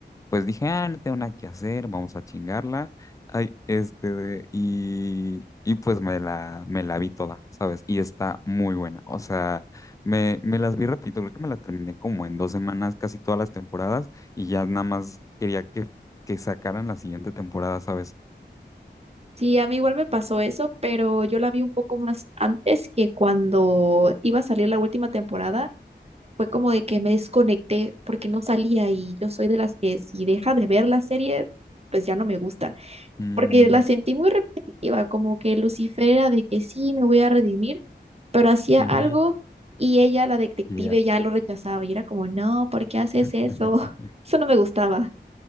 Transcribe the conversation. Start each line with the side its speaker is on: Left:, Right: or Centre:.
Left: pues dije, ah, no tengo nada que hacer, vamos a chingarla. Ay, este, de- y, y pues me la, me la vi toda, ¿sabes? Y está muy buena. O sea, me, me las vi rapidito, creo que me la terminé como en dos semanas, casi todas las temporadas, y ya nada más quería que, que sacaran la siguiente temporada, ¿sabes?
Right: Sí, a mí igual me pasó eso, pero yo la vi un poco más antes que cuando iba a salir la última temporada. Fue como de que me desconecté porque no salía y yo soy de las que si deja de ver la serie, pues ya no me gusta,
Left: Mm,
Right: porque la sentí muy repetitiva, como que Lucifer era de que sí, me voy a redimir, pero hacía
Left: ujú,
Right: algo y ella, la detective,
Left: y ya.
Right: ya lo rechazaba y era como, no, ¿por qué haces
Left: <laughs>
Right: eso? <laughs> Eso no me gustaba.